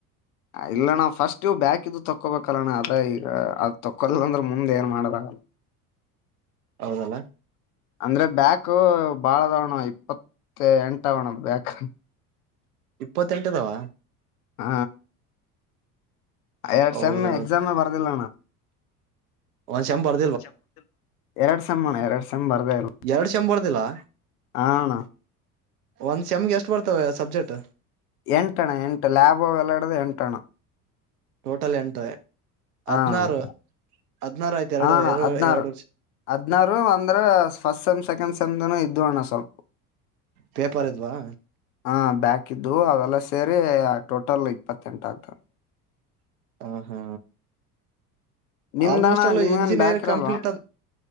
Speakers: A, on the left (about 70°); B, on the right (about 75°).
A: ಇಲ್ಲಣ್ಣ ಫಸ್ಟ್ ಬ್ಯಾಕು ತಕ್ಕೊೋಬೇಕಲ್ಲಣ್ಣ ಆದ್ರ ಈಗ ಅದ್ ತೊೋಲ್ಲ ಅಂದ್ರೆ ಮುಂದ್ ಏನ್ ಮಾಡದಾಗ
B: ಹೌದಲ್ಲಾ
A: ಅಂದ್ರೆ ಬ್ಯಾಕ್ ಬಾಳದ್ಣ ಇಪ್ಪತ್ತ ಎಂಟ ಅವಣ ಬ್ಯಾಕ್
B: ಇಪ್ಪತ್ತೆಂಟುದಾವ
A: ಹ ಎರಡ್
B: ಹೌದ
A: ಸೆಮ್ ಎಕ್ಸಾಮ ಬರ್ದಿಲ್ಲ ನಾ.
B: ಒಂದ ಶಂಬರ್
A: <unintelligible> ಎರಡ್ ಸೆಮ್ ಅಣ ಎರಡ್ ಸೆಮ್ ಬರ್ದೇ ಇಲ್ಲ
B: ಎರಡ್ ಶಂಬರ್ದಿಲ್ಲಾ.
A: ಆಣ
B: ಒಂದ್ ಸೆಮ್ಗೆ ಎಷ್ಟು ಬರ್ತವೆ ಸಬ್ಜೆಕ್ಟ್.
A: ಎಂಟಣ್ಣ ಎಂಟು ಲ್ಯಾಬ್ ಅವೆಲ್ಲ ಇಡಿದು ಎಂಟಣ.
B: ಟೋಟಲ್ ಎಂಟು
A: ಹ
B: ಹದ್ನಾರು
A: ಹ
B: ಹದ್ನಾರು ಆಯ್ತು ಎರಡು
A: ಅಣ್ಣ
B: ಎರಡು
A: ಹದ್ನಾರು
B: ಎರಡು ವರ್ಷ.
A: ಹದ್ನಾರು ಅಂದ್ರ ಫಸ್ಟ್ ಸೆಮ್ ಸೆಕೆಂಡ್ ಸೆಮ್ ಇದ್ವು ಅಣ್ಣ ಸ್ವಲ್ಪ.
B: ಪೇಪರ್ ಇದ್ವಾ.
A: ಹ ಬ್ಯಾಕ್ ಇದ್ವು ಅವೆಲ್ಲ ಸೇರಿ ಟೋಟಲ್ ಇಪ್ಪತ್ತೆಂಟ ಆಗ್ತಾವ.
B: ಹ ಹಾ
A: ನಿಮ್ದಣ
B: ಆಲ್ಮೋಸ್ಟ್ ಅಲ್ಲೂ
A: ನಿಮ್ಗನ್
B: ಇಂಜಿನಿಯರ್
A: ಬ್ಯಾಕ್ ಇರಲ್ವಾ
B: ಕಂಪ್ಲೀಟ್ ಅ